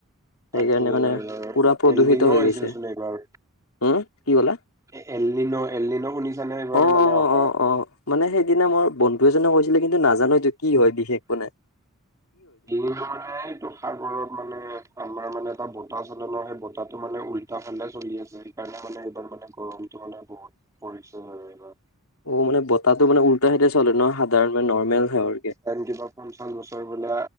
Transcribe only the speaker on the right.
তাকে
এলনিনো
আহিছিলচোন
এইবাৰ।
এ এললিলো, এললিনো শুনিছানে এইবাৰ?
মানে
অকা
কি <unintelligible> মানে সেইটো সাগৰত মানে আমাৰ মানে এটা বতাহ চলে ন', সেই বতাহটো মানে উল্টা ফালে চলি আছে। সেইকাৰণে মানে এইবাৰ মানে গৰমতটো মানে বহুত পৰিছে আৰু এইবাৰ।
আৰু কিবা পঞ্চাশ বছৰ বোলে